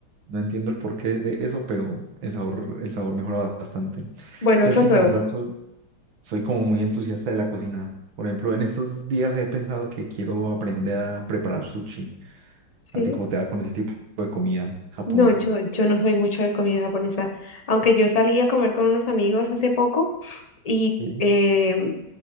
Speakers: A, on the right; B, on the left.
A: No entiendo el porqué de eso, pero el sabor, el sabor mejora bastante.
B: Bueno,
A: Entonces
B: eso
A: sí,
B: es nuevo.
A: la verdad, soy como muy entusiasta de la cocina. Por ejemplo, en estos días he pensado que quiero aprender a preparar sushi.
B: sí
A: ¿A ti cómo te va con ese tipo de comida japonesa?
B: No, yo, yo no soy mucho de comida japonesa, aunque yo salí a comer con unos amigos hace poco y
A: Sí,
B: em,